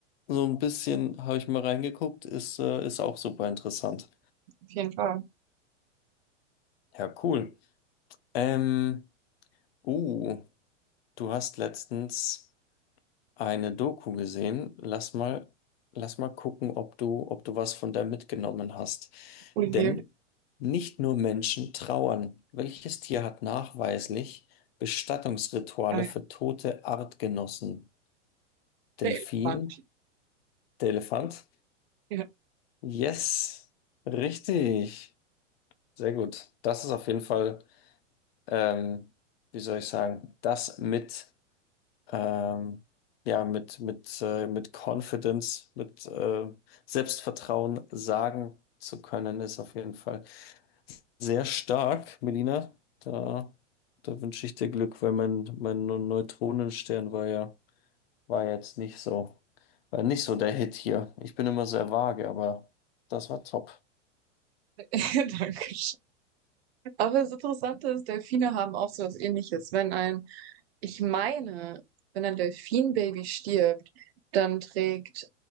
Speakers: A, on the left (about 50°); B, on the right (about 55°).
A: so ein bisschen, habe ich mal reingeguckt, ist, äh, ist auch super interessant.
B: Auf jeden Fall.
A: Ja, cool. Ähm, uh, du hast letztens. eine Doku gesehen. Lass mal, lass mal gucken, ob du, ob du was von der mitgenommen hast.
B: Oh je.
A: Denn nicht nur Menschen trauern. Welches Tier hat nachweislich Bestattungsrituale
B: Äh,
A: für tote Artgenossen? Delfin,
B: Der Elefant.
A: der Elefant?
B: Ja,
A: Yes, richtig. Sehr gut. Das ist auf jeden Fall, ähm, wie soll ich sagen, das mit ähm, ja, mit, mit, äh, mit Confidence, mit äh, Selbstvertrauen sagen zu können, ist auf jeden Fall sehr stark, Melina. Da, da wünsche ich dir Glück, weil mein, mein Neutronenstern war ja, war jetzt nicht so, war nicht so der Hit hier. Ich bin immer sehr vage, aber das war top.
B: <laughs> danke Aber das Interessante ist, Delfine haben auch so was Ähnliches. Wenn ein, ich meine, wenn ein Delfinbaby stirbt, dann trägt